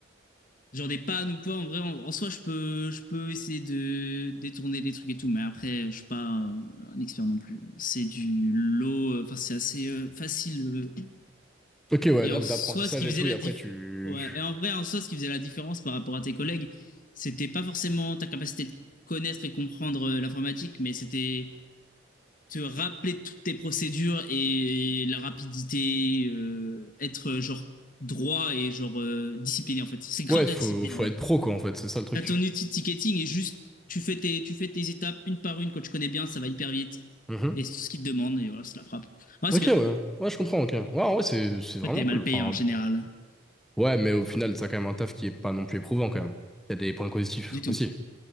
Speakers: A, on the left (about 45°); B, in the centre.
A: Genre des pannes ou quoi, en vrai, en, en soi, je peux, je peux essayer de détourner des trucs et tout, mais après, je suis pas euh, un expert non plus. C'est du lot, euh, enfin, c'est assez euh, facile. euh.
B: Ok, ouais,
A: Et
B: d'ap-
A: en soi,
B: d'apprentissage
A: ce qui faisait
B: et tout.
A: la
B: Et après,
A: diff...
B: tu.
A: ouais, et en vrai, en soi, ce qui faisait la différence par rapport à tes collègues, c'était pas forcément ta capacité de connaître et comprendre euh, l'informatique, mais c'était te rappeler toutes tes procédures et la rapidité, euh, être euh, genre droit et genre euh, discipliné, en fait. C'est grave
B: Ouais,
A: de
B: faut,
A: la discipline,
B: faut être pro, quoi, en fait. C'est ça le truc.
A: T'as ton outil de ticketing et juste tu fais tes, tu fais tes étapes une par une. Quand tu connais bien, ça va hyper vite.
B: Mhm.
A: Et c'est tout ce qu'ils te demandent. Et voilà, c'est la frappe. Ouais,
B: Ok,
A: c'est bien.
B: ouais. Ouais, je comprends, ok. Ouais, en vrai, c'est c'est vraiment
A: Après, t'es
B: cool.
A: mal
B: Enfin,
A: payé en général.
B: ouais, mais au final, t'as quand même un taf qui est pas non plus éprouvant, quand même. Il y a des points positifs
A: Du tout.
B: aussi.